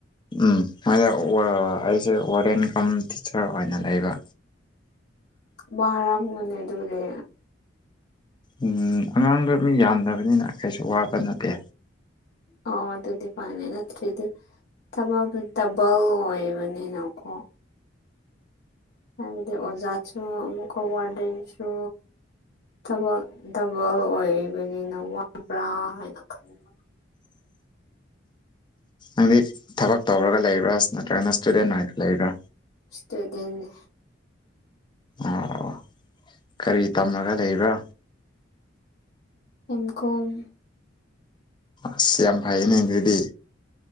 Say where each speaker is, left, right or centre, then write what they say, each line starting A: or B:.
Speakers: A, on the left; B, on the left.
A: ꯎꯝ ꯃꯣꯏꯗ ꯑꯩꯁꯦ ꯋꯥꯔꯗꯦꯟ ꯀꯝ ꯇꯤꯆꯔ ꯑꯣꯏꯅ ꯂꯩꯕ
B: ꯋꯥꯔꯝꯒꯅꯤ ꯑꯗꯨꯗꯤ
A: ꯎꯝ ꯑꯉꯥꯡꯗ ꯃꯤ ꯌꯥꯝꯗꯕꯅꯤꯅ ꯀꯩꯁꯨ ꯋꯥꯕ ꯅꯠꯇꯦ
B: ꯑꯣ ꯑꯗꯨ ꯑꯗꯨꯗꯤ ꯐꯅꯦ ꯅꯠꯇ꯭ꯔꯗꯤ ꯊꯕꯛꯇꯣ ꯗꯕꯜ ꯑꯣꯏꯕꯅꯤꯅꯀꯣ ꯍꯥꯏꯗꯤ ꯑꯣꯖꯥꯁꯨ ꯑꯃꯨꯛꯀ ꯋꯥꯔꯗꯦꯟꯁꯨ ꯊꯕꯛ ꯗꯕꯜ ꯑꯣꯏꯕꯅꯤꯅ ꯋꯥꯕ꯭ꯔꯥ ꯍꯥꯏꯅ ꯈꯟꯕ
A: ꯅꯪꯗꯤ ꯊꯕꯛ ꯇꯧꯔꯒ ꯂꯩꯕ꯭ꯔꯥ ꯅꯠꯇ꯭ꯔꯒꯅ ꯏꯁꯇꯨꯗꯦꯟ ꯑꯣꯏꯅ ꯂꯩꯕ꯭ꯔꯥ
B: ꯏꯁꯇꯨꯗꯦꯟꯠꯅꯤ
A: ꯑꯣ ꯀꯔꯤ ꯇꯝꯃꯒ ꯂꯩꯕ꯭ꯔꯥ
B: ꯑꯦꯝ ꯀꯣꯝ
A: ꯑꯁ ꯌꯥꯝ ꯐꯩꯅꯦ ꯑꯗꯨꯗꯤ